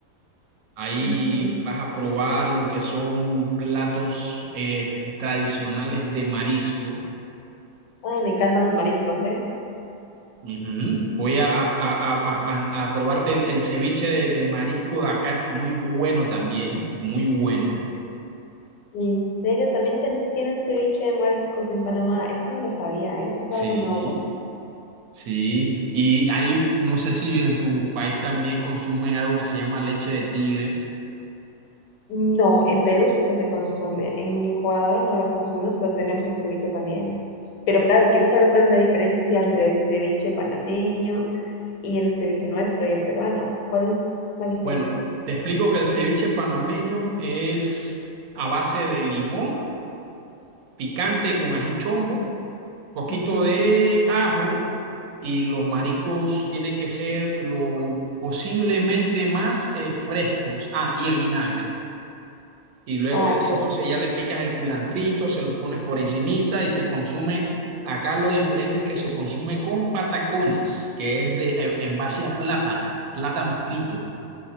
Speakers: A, on the right; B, on the left.
A: ahí
B: Ujú.
A: vas a probar lo que son platos eh, tradicionales de marisco.
B: Ay, me encantan los mariscos, ¿eh?
A: Ujú. Voy a, a- a- a- a- a probarte el, el ceviche de, de marisco de acá, es muy bueno también, muy bueno.
B: En serio, también ten- tienen ceviche de mariscos en Panamá. Eso no lo sabía, ¿eh? Eso es
A: Sí,
B: algo nuevo.
A: sí. Y hay, no sé si en tu país también consumen algo que se llama leche de tigre.
B: No, en Perú sé que se consume, en Ecuador no lo consumimos, pero tenemos el ceviche también. Pero claro, quiero saber cuál es la diferencia entre el ceviche panameño y el ceviche nuestro y el peruano. ¿Cuál es la diferencia?
A: Bueno, te explico que el ceviche panameño es a base de limón picante con ají chombo poquito
B: Ujú.
A: de ajo y los mariscos tienen que ser lo posiblemente más eh, frescos. Ah, y el vinagre. Y luego
B: Ay,
A: de ahí,
B: qué
A: entonces
B: buena pinta.
A: ya le picas el culantrito, se lo pones por encimita y se consume. Acá lo diferente es que se consume con patacones, que es de eh, en base a plátano, plátano frito.